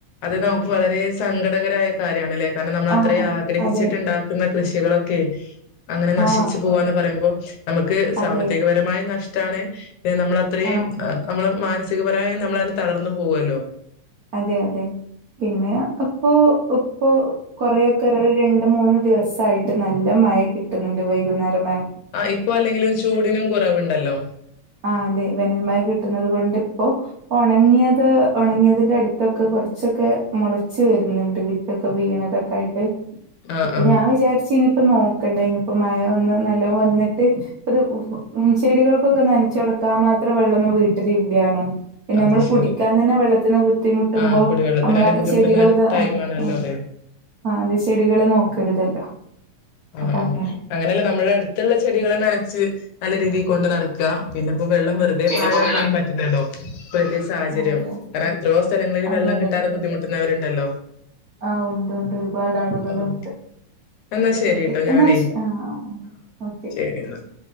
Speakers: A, on the left; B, on the right.
A: അത് നമുക്ക് വളരേ സങ്കടകരായ കാര്യണല്ലേ കാരണം നമ്മൾ
B: ആ
A: അത്രയും ആഗ്രഹിച്ചിട്ട്ണ്ടാ
B: അതെ
A: ക്ക്ന്ന കൃഷികളൊക്കെ അങ്ങനെ നശിച്ചു
B: ആ
A: പോവാന്ന് പറയുമ്പോ നമക്ക് സാമ്പത്തികപരമായി
B: അതെ
A: നഷ്ടമാണ് ഇത് നമ്മള അത്രം
B: ആ
A: നമ്മള് മാനസികപരായി നമ്മളന്നെ തളർന്നു പോവുല്ലോ
B: അതെ അതെ പിന്നെ അപ്പൊ ഒപ്പൊ കൊറെഒക്കെ ഒര് രണ്ട് മൂന്ന് ദിവസായിട്ട് നല്ല മഴ കിട്ടുന്ന്ണ്ട് വൈകുന്നേര മയ
A: ആ ഇപ്പൊ അല്ലെങ്കില്ചൂടിനും കുറവ് ഉണ്ടല്ലോ
B: ആ അതെ വെനൽ മയകിട്ടുന്നത് കൊണ്ട് ഇപ്പോ ഒണങ്ങിയത് ഒണങ്ങിയത് ഇ അടുത്തൊക്കെ കുറച്ചൊക്കെ മൊളച്ച് വെര്ന്ണ്ട് വിതൊക്കെ വീണതൊക്കെ ആയിട്ട്
A: ആഹ്
B: ഇപ്പം
A: ആഹ്
B: ഞാൻ വിചാരിച്ച് ഇനിപ്പ നോക്കണ്ട ഇനിപ്പോമയഒന്ന് നല്ല വന്ന്ട്ട് പ്പത്മം ചെടികൾക്കൊക്കെ നനച്ചൊടക്കാൻ മാത്രം വെള്ളൊന്നും വീട്ടില ഇല്ല്യേണു പിന്നെ നമ്മള്
A: അത് ശരി
B: കുടിക്കാൻ തന്നെ വെള്ളത്തിന് ബുദ്ധിമുട്ടുമ്പോ
A: ആഹ് കുടിവെള്ളത്തിന്
B: ഞമ്മള്
A: തന്നെ ബുദ്ധിമുട്ടുന്ന
B: ചെടികൾത്
A: ടൈം
B: ആഹ്
A: ആണല്ലോ
B: ആഹ്
A: അത്
B: ആഹ് അത് ചെടികളെ നോക്കരുതല്ലോ
A: ആഹ്
B: അപ്പൊ അങ്ങനെ
A: ആഹ് അങ്ങനെല്ല നമ്മളെ അട്ത് ഉള്ള ചെടികളെ നനച്ച് നല്ല രീതിയിൽ കൊണ്ട് നടക്ക് പിന്നെ ഇപ്പോ വെള്ളം വ വെറുതെ
B: പിന്നെപ്പോ
A: പാഴാക്കാനും
B: വെള്ളം
A: പറ്റില്ലല്ലോ ഇപ്പഴത്തെ സാഹചര്യം
B: അതെ അതെ
A: കരണം എത്രയോ സ്ഥലങ്ങളിൽ
B: അതെ
A: വെള്ളം കിട്ടാതെ ബുദ്ധിമുട്ട് ട്ട്ന്നവരുണ്ടല്ലോ
B: ആഹ് ഉണ്ട് ഉണ്ട് ഒരുപാട് ആളുകളുണ്ട്
A: ഓക്കെ എന്നാ ശരിട്ടോ
B: ക്കെ എന്ന്
A: ഞാനേ
B: വെച്ച് ആഹ് ആഹ് ഓക്കെ
A: <unintelligible>